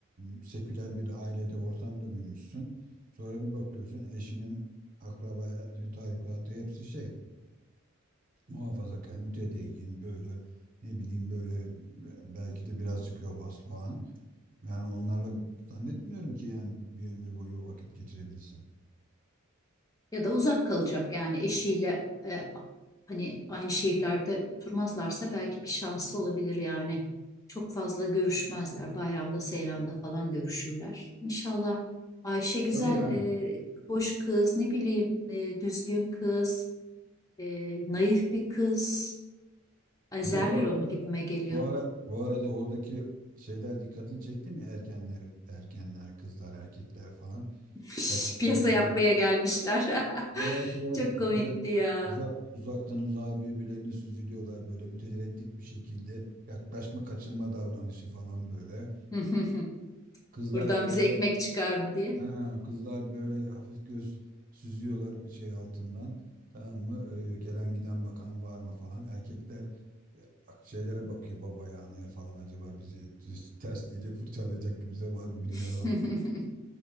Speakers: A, on the right; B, on the left.
A: e, seküler bir ailede, ortamda büyümüşsün. Sonra bir bakıyorsun eşinin akraba, tarikatı hepsi şey muhafazakar, mütedeyyin böyle ne bileyim böyle belki de birazcık yobaz falan. Yani onlarla zannetmiyorum ki yani bir ömür boyu vakit geçirebilsin.
B: ya da uzak kalacak yani eşiyle e, hani aynı şehirlerde oturmazlarsa belki bir şansı olabilir yani. Çok fazla görüşmezler. Bayramda, seyranda falan görüşürler. İnşallah Ayşe güzel,
A: Tabii yani.
B: e, hoş kız, ne bileyim e, düzgün kız, e, naif bir kız. Ezerler
A: Bir de bu arada
B: onu gibime geliyor.
A: bu ara bu arada oradaki şeyler dikkatini çekti mi ergenler ergenler kızlar erkekler falan
B: <laughs>
A: hep
B: Piyasa
A: böyle
B: yapmaya
A: bir
B: gelmişler.
A: Evet
B: <laughs>
A: evet
B: Çok
A: böyle
B: komikti ya.
A: uzak uzaktan uzağa birbirlerine süzülüyorlar böyle mütereddit bir şekilde yaklaşma kaçınma davranışı falan böyle.
B: <laughs>
A: Kızlar
B: Buradan
A: böyle
B: bize ekmek çıkar mı diye.
A: ha, kızlar böyle hafif göz süzüyorlar şey altından tamam mı Ee, gelen giden bakan var mı falan erkekler e, şeylere bakıyor babaya anaya falan acaba bizi ters tersleyecek fırçalayacak kimse var mı birine
B: <laughs>
A: daldı.